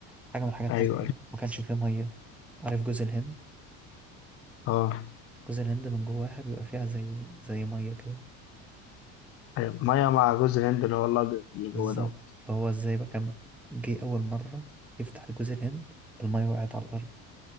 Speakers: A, in the centre; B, on the left.
A: حاجة من الحاجات
B: ايوه
A: مثلا
B: ايوه
A: ما كانش فيه مية عارف جوز الهند
B: اه
A: جوز الهند من جواها بيبقى فيها زي زي ميه كده
B: أيوة. ميه مع جوز الهند اللي هو الابيض اللي
A: بالظبط
B: جوه دوت
A: فهو ازاي بقى كان جه اول مره يفتح جوز الهند الميه وقعت على الارض